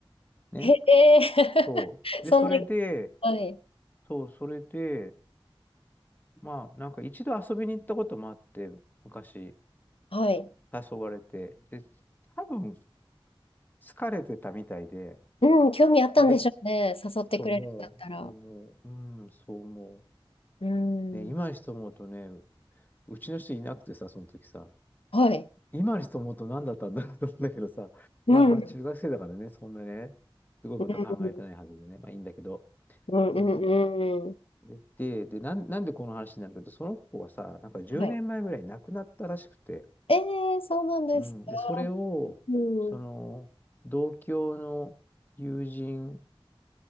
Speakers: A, on the left (about 20°); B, on the left (about 75°).
A: ね。
B: へえ、
A: そう。
B: <laughs> そんな、
A: で、それで、
B: はい。
A: そう、それで、まあ、なんか一度遊びに行ったこともあって、昔
B: はい。
A: 誘われて、で、多分疲れてたみたいで、
B: うん、うん興味あったんでしょうね。
A: で、
B: 誘ってくれるんだったら。
A: と思う、思う、うん、そう思
B: うん。
A: う。ね、今にして思うとね、うちの人いなくてさ、その時さ、
B: はい。
A: 今にして思うと何だったんだろうと思うんだけどさ、
B: うん。
A: まあまあ中学生だからね、そんなね、すごいこと考えてないはずでね、
B: うん。
A: まあいいんだけど、
B: うん。
A: うん。
B: うん。うん
A: それで、で、なん、なんでこの話になるけど、その子はさ、なんか10年前ぐらい亡くなったらしくて、
B: はい。ええ、そうなんですか。
A: うん、で、それを、
B: うん。
A: その、
B: うん。
A: 同郷の友人、